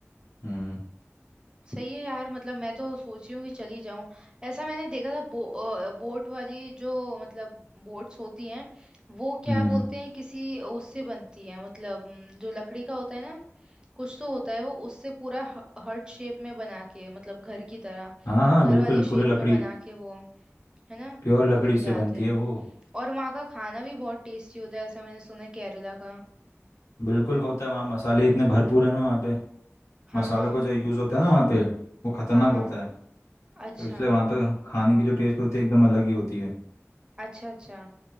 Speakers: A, on the left (about 85°); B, on the right (about 15°).
A: हम्म
B: सही है यार मतलब मैं तो सोच रही हूँ कि चली जाऊं ऐसा मैंने देखा था बो, अ, बोट वाली जो मतलब बोट्स होती हैं वो क्या
A: हम्म
B: बोलते हैं किसी उससे बनती है मतलब हम्म, जो लकड़ी का होता है ना कुछ तो होता है वो उससे पूरा हर्ट शेप में बना के मतलब घर की तरह
A: हाँ हाँ
B: घर
A: बिल्कुल
B: वाली शेप
A: पूरे लकड़ी
B: में बना के वो है ना
A: प्योर लकड़ी
B: फिर
A: से
B: जाते
A: बनती
B: हैं
A: है वो
B: और वहाँ का खाना भी बहुत टेस्टी होता है ऐसा मैंने सुना है केरला का
A: बिल्कुल होता है वहाँ मसाले इतने भरपूर है ना वहाँ पे
B: हाँ
A: मसालों
B: हाँ
A: का जो यूज़ होता है ना वहाँ पे वो खतरनाक
B: हाँ हाँ
A: होता है
B: अच्छा
A: तो इसलिए वहाँ पे खाने की जो टेस्ट होती है एकदम अलग ही होती है
B: अच्छा अच्छा